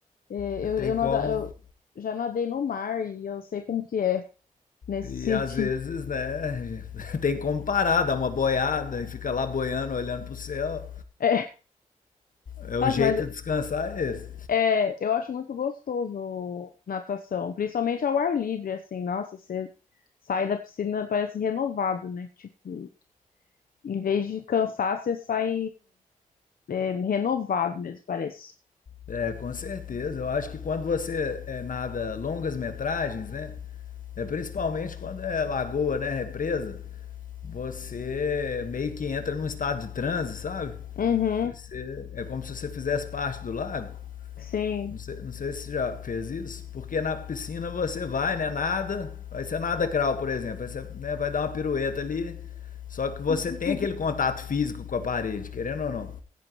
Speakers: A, on the left; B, on the left.
A: É,
B: Você
A: eu,
B: tem
A: eu,
B: como
A: nada, eu já nadei no mar e eu sei como que é nesse
B: E
A: <laughs> sentido.
B: às vezes, né, <laughs> tem como parar, dar uma boiada e fica lá boiando, olhando pro céu.
A: É,
B: É o
A: nossa,
B: jeito
A: mas
B: de descansar é esse.
A: é, eu acho muito gostoso natação, principalmente ao ar livre, assim. Nossa, você sai da piscina, parece renovado, né? Tipo, em vez de cansar, você sai, é, renovado mesmo, parece.
B: É, com certeza. Eu acho que quando você é, nada longas metragens, né, é principalmente quando é lagoa, né, represa, você meio que entra num estado de transe, sabe?
A: Uhum,
B: Que você, é como se você fizesse parte do lago.
A: sim.
B: Não sei, não sei se você já fez isso, porque na piscina você vai, né? Nada, vai ser nada crawl, por exemplo. Aí você né, vai dar uma pirueta ali, só que você
A: <laughs>
B: tem aquele contato físico com a parede, querendo ou não.